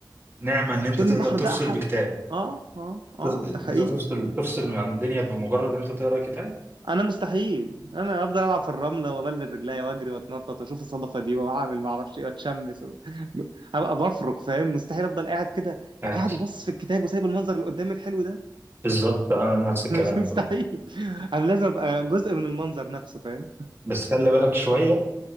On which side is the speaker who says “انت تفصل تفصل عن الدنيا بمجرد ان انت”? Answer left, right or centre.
Right